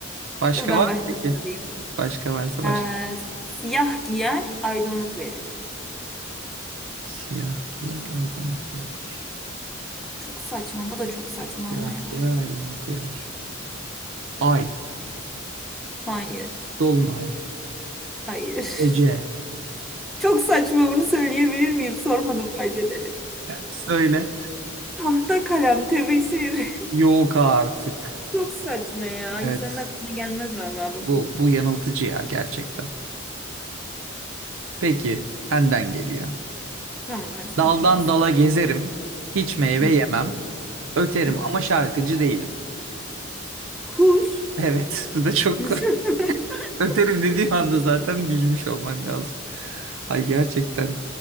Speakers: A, on the right (about 75°); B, in the centre.
A: Başka
B: Dur ben
A: var
B: başka
A: mı peki?
B: sorayım.
A: Başka varsa başka.
B: Ee, siyah giyer, aydınlık verir.
A: Siyah giyer aydınlık verir.
B: Çok saçma. Bu da çok saçma
A: Siyah
B: ama ya.
A: giyer aydınlık verir. Ay.
B: Hayır.
A: Dolunay.
B: Hayır. <laughs>
A: Gece.
B: Çok saçma bunu söyleyebilir miyim? Sormadım fark ederek.
A: <laughs> Söyle.
B: Tahta kalem tebeşir. <laughs>
A: Yok artık.
B: Çok saçma ya.
A: Evet.
B: İnsanın aklına gelmez vallahi bu.
A: Bu, bu yanıltıcı ya gerçekten. Peki benden geliyor.
B: Tamam hadi sen
A: Daldan
B: de gelsin.
A: dala gezerim. Hiç meyve
B: Hı
A: yemem. Öterim
B: hı hı.
A: ama şarkıcı değilim.
B: Kuş.
A: Evet, <laughs> bu da çok
B: <laughs>
A: <laughs> öterim dediğim anda zaten bilmiş olman lazım. Ay gerçekten